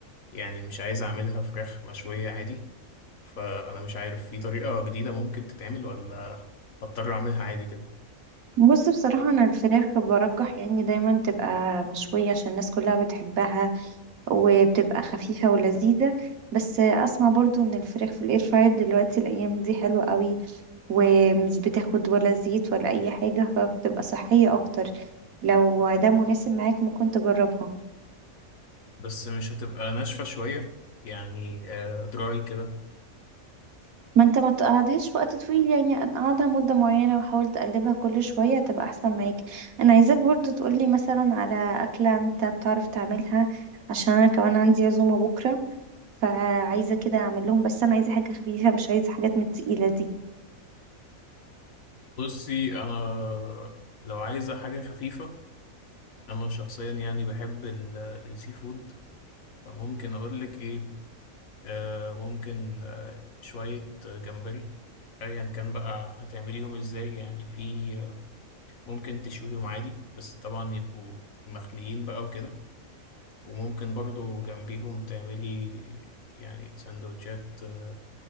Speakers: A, on the left; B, on the right.
A: يعني مش عايز اعملها فراخ مشويه عادي فانا مش عارف في طريقه جديده ممكن تتعمل ولا هضطر اعملها عادي كده
B: بص بصراحة أنا الفراخ برجح يعني دايما تبقى مشوية عشان الناس كلها بتحبها وبتبقى خفيفة ولذيذة بس اسمع برضو ان الفراخ في الاير فراير دلوقتي الايام دي حلوة قوي ومش بتاخد ولا زيت ولا اي حاجة فبتبقى صحية اكتر لو ده مناسب معاك ممكن تجربها
A: بس مش هتبقى ناشفه شويه يعني دراي كده
B: ما انت ما تقعدهاش في وقت طويل يعني قعدها مدة معينة وحاول تقلبها كل شوية تبقى احسن معاك انا عايزاك برضو تقولي مثلا على اكلة انت بتعرف تعملها عشان انا كمان عندي عزومة بكرة فعايزة كده اعمل لهم بس انا عايزة حاجة خفيفة مش عايزة حاجات من التقيلة دي
A: بصي انا لو عايزه حاجه خفيفه انا شخصيا يعني بحب ال- السي فود فممكن اقول لك ايه آه ممكن آه شويه جمبري ايا كان بقى هتعمليهم ازاي يعني في آه، ممكن تشويهم عادي بس طبعا يبقوا مخليين بقى وكده وممكن برضو جنبيهم تعملي يعني سندوتشات آه،